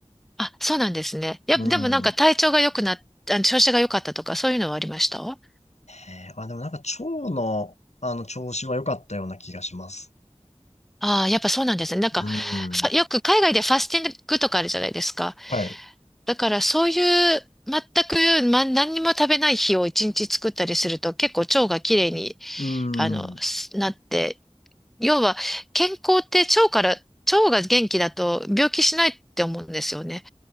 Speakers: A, in the centre; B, on the left.
A: あ、そうなんですね。やっぱ、
B: うん。
A: でもなんか体調が良くなっ、あの、調子が良かったとか、そういうのはありました
B: えー、あ、でもなんか腸の、あの、調子は良かったような気がします。
A: ああー、やっぱそうなんですね。なんか、
B: う
A: ファよく海外でファスティングとかあるじゃないですか。
B: ん。はい。
A: だからそういう、全く、ま、何にも食べない日を一日作ったりすると、結構腸がきれいに、
B: うん。
A: あの、すなって、要は、健康って腸から、腸が元気だと病気しないって思うんですよね。